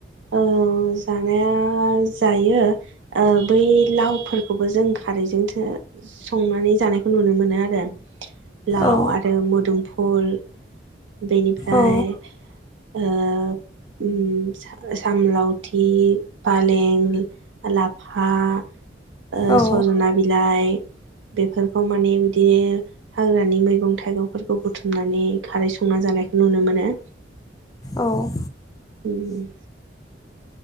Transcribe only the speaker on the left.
औ
औ
औ
औ।